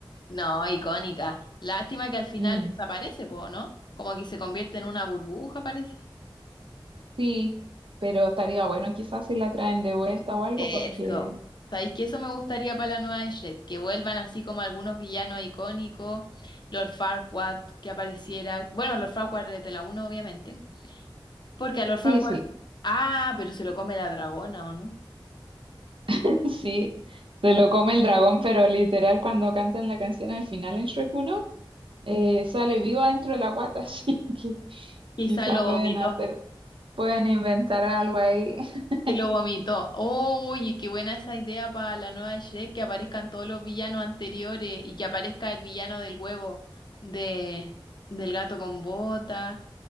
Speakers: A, on the left (about 55°); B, on the right (about 70°).
A: no, icónica. Lástima que al final
B: Mm,
A: desaparece, po, ¿no? Como que se convierte en una burbuja, parece.
B: sí, pero estaría bueno quizás si la traen de vuelta o algo,
A: Eso.
B: porque
A: ¿Sabéis que eso me gustaría para la nueva de Shrek? Que vuelvan así como algunos villanos icónicos, Lord Farquaad que apareciera. Bueno, Lord Farquaad es de la uno obviamente. Porque a Lord Farquaad.
B: sí, sí,
A: Ah, pero se lo come la dragona, ¿o no?
B: <laughs> sí, se lo come el dragón, pero literal cuando cantan la canción al final en Shrek uno. eh, sale viva dentro de la guata, <laughs> así que
A: Quizá
B: quizá
A: lo
B: pueden
A: vomitó.
B: hacer, pueden inventar algo ahí. <laughs>
A: Que lo vomitó. Oye, qué buena esa idea para la nueva Shrek, que aparezcan todos los villanos anteriores y que aparezca el villano del huevo de, del gato con bota,